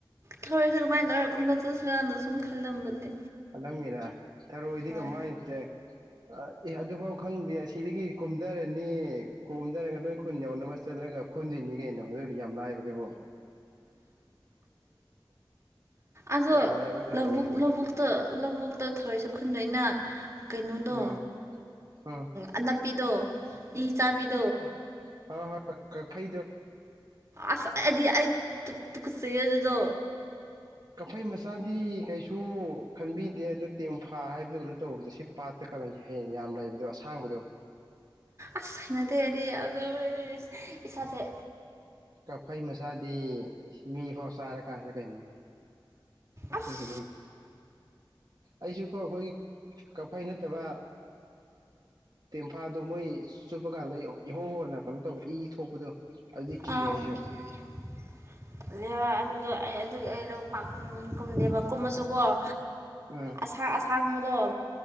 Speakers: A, on the right; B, on the right.
A: ꯊꯧꯔꯁꯦ ꯀꯃꯥꯏꯅꯧꯔ ꯈꯟꯕ ꯆꯠꯁꯤꯔꯥꯅ ꯁꯨꯝ ꯈꯜꯂꯝꯕꯅꯦ
B: ꯈꯜꯂꯝꯃꯤꯔ ꯊꯔꯣꯏꯗꯤ
A: ꯍꯣꯏ
B: ꯀꯃꯥꯏꯅꯁꯦ ꯑ ꯑꯦ ꯑꯗꯨꯐꯥꯎ ꯈꯪꯗꯦ ꯑꯁꯤꯗꯒꯤ ꯀꯣꯝꯊꯔꯅꯤ ꯀꯣꯝꯊꯔꯒ ꯅꯣꯏ ꯈꯨꯟ ꯌꯧꯅꯕ ꯆꯠꯂꯒ ꯈꯣꯟꯗꯣꯏꯅꯤ ꯀꯩꯅꯣ ꯑꯗꯨꯗꯤ ꯌꯥꯝ ꯂꯥꯏꯏꯕꯗꯨꯕꯨ
A: ꯑꯗꯣ
B: ꯌꯥꯝ ꯂꯥꯏꯕ ꯊꯕꯛꯅꯤ
A: ꯂꯧꯕꯨꯛ ꯂꯧꯕꯨꯛ ꯂꯧꯕꯨꯛꯇ ꯊꯧꯔꯏꯁꯦ ꯈꯨꯟꯗꯩꯅ ꯀꯩꯅꯣꯗꯣ
B: ꯎꯝ ꯎꯝ
A: ꯑꯅꯄꯤꯗꯣ ꯏ ꯆꯥꯕꯤꯗ
B: ꯍ ꯍ ꯐ
A: ꯑꯁ ꯑꯩꯗꯤ ꯑꯩ ꯇꯨꯀꯠꯆ ꯑꯗꯨꯗꯣ
B: ꯀꯐꯩ ꯃꯆꯥꯗꯤ ꯀꯩꯁꯨ ꯈꯟꯕꯤꯗꯦ ꯑꯗꯨꯗ ꯇꯦꯡꯐꯥ ꯍꯥꯏꯕꯗꯨꯒꯩꯅꯣ ꯇꯧꯕꯗꯣ ꯁꯤ ꯄꯥꯠ ꯍ ꯀ ꯍꯌꯦꯡ ꯌꯥꯝ ꯂꯩꯕꯗꯣ ꯑꯁꯥꯡꯕꯗꯣ
A: ꯑꯁ ꯍꯥꯏꯅꯗꯦꯔꯗꯤ ꯑꯣꯏ ꯏꯁꯥꯁꯦ
B: ꯀꯐꯩ ꯃꯆꯥꯗꯤ ꯃꯤꯐꯥꯎ ꯆꯥꯔꯀꯥꯟꯗ ꯀꯩꯅꯣꯅꯦ
A: ꯑꯁ
B: ꯀꯥ ꯑꯩꯁꯨꯀꯣ ꯑꯩꯈꯣꯏꯒꯤ ꯀꯛꯐꯩ ꯅꯠꯇꯕ ꯇꯦꯝꯐꯥꯜꯗꯣ ꯃꯣꯏ ꯆꯨꯞꯄ ꯀꯥꯟꯗ ꯏꯍꯧ ꯍꯣꯟꯅ ꯀꯩꯅꯣ ꯇꯧꯕ ꯏ ꯊꯣꯛꯄꯗꯣ ꯑꯗꯨꯗꯤ ꯀꯤꯌꯦ
A: ꯑꯥ
B: ꯑꯩꯁꯨ
A: <inaudible> ꯑꯗꯨꯗꯣ ꯑꯩ ꯑꯗꯨꯗꯤ ꯑꯩ ꯂꯧ ꯄꯥꯛ ꯀꯨꯝꯗꯦꯕ ꯀꯨꯝꯃꯁꯨꯀꯣ <inaudible>
B: ꯎꯝ
A: ꯑꯁꯥꯡ ꯑꯁꯥꯡꯕꯗꯣ